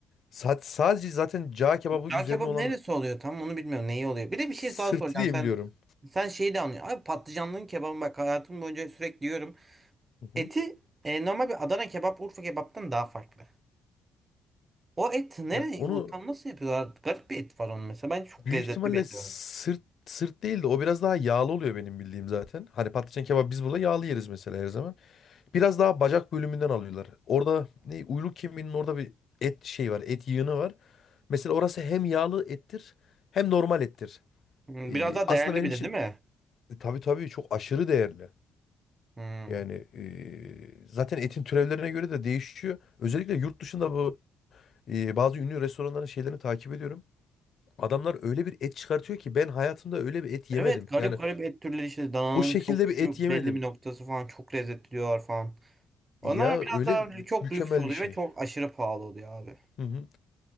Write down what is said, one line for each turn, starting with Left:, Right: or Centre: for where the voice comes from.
Left: Sa- sadece zaten cağ kebabı
Right: Cağ
Left: üzerine
Right: kebabı
Left: olan
Right: neresi oluyor tam onu bilmiyorum. Neyi oluyor? Bir de bir
Left: sırtı
Right: şey daha soracağım.
Left: diye
Right: Sen
Left: biliyorum.
Right: sen şeyi de anlıyorsun. Abi patlıcanlının kebabı bak hayatım boyunca sürekli yiyorum.
Left: Hı hı.
Right: Eti e, normal bir Adana kebap Urfa kebaptan daha farklı. O et nereye?
Left: Ya onu
Right: O tam nasıl yapıyorlar? Garip bir et var onun mesela. Bence çok
Left: büyük
Right: lezzetli
Left: ihtimalle
Right: bir eti
Left: sırt
Right: var.
Left: sırt değil de o biraz daha yağlı oluyor benim bildiğim zaten. Hani patlıcan kebabı biz burada yağlı yeriz mesela her zaman. Biraz daha bacak bölümünden alıyorlar. Orada ne uyluk kemiğinin orada bir et şey var, et yığını var. Mesela orası hem yağlı ettir hem normal ettir.
Right: Hmm,
Left: Ee,
Right: Biraz daha
Left: aslında
Right: değerli
Left: benim
Right: bir
Left: için
Right: de değil mi?
Left: e, tabii tabii çok aşırı değerli.
Right: Hmm.
Left: Yani e, zaten etin türevlerine göre de değişiyor. Özellikle yurt dışında bu e, bazı ünlü restoranların şeylerini takip ediyorum. Adamlar öyle bir et çıkartıyor ki ben hayatımda öyle bir et yemedim.
Right: Evet garip
Left: Yani
Right: garip et türleri işte dananın
Left: o şekilde
Right: çok şu
Left: bir et yemedim.
Right: belli bir noktası falan çok lezzetli diyorlar falan. Onlar
Left: Ya
Right: biraz
Left: öyle
Right: daha lü- çok
Left: mükemmel
Right: lüks oluyor
Left: bir şey.
Right: ve çok aşırı pahalı oluyor abi.
Left: Hı hı.